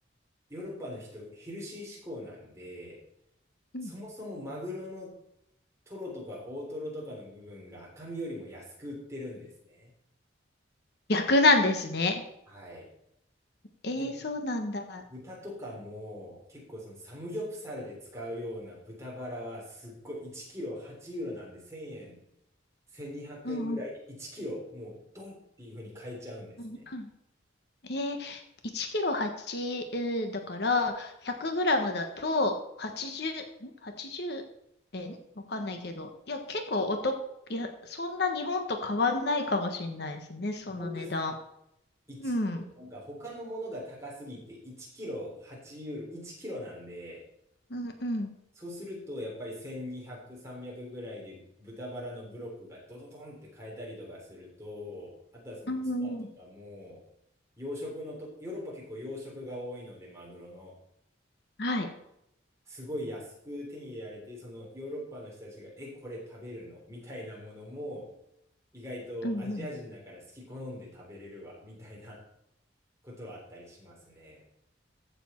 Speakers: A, on the right (about 15°); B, on the left (about 55°).
A: ヨーロッパの人、ヘルシー志向なんで、
B: うん。
A: そもそもマグロのトロとか大トロとかの部分が赤身よりも安く売ってるんですね。
B: 逆なんですね。
A: はい。
B: えー、
A: で、ぶ
B: そうなんだ。
A: 豚とかも結構そのサムギョプサルで使うような豚バラはすっごい1キロ8ユーロなんで1000円、1200円ぐらいで1キロもうドンっていう風に買えちゃうんですね。
B: うんうん。うんうんえー、1キロ8、えーだから、100グラムだと、80、ん ?80 円わかんないけど。いや、結構お得、いや、そんな日本と変わんないかもしれないですね、その値段。
A: あ本当ですか一なんか他のものが高すぎて1キロ8ユーロ、
B: うん。
A: 1キロなんで、
B: うんうん。
A: そうすると、やっぱり1200、300ぐらいで豚バラのブロックがドドドンって変えたりとかすると、あとはそのツナとかも、
B: うんうんうん。
A: 養殖のと、ヨーロッパ結構養殖が多いので、マグロの、
B: はい。
A: すごい安く手に入れられて、そのヨーロッパの人たちが、え、これ食べるのみたいなものも、意外とアジア人だから好き好んで食べれるわ、
B: うんうん。
A: みたいなことはあったりしますね。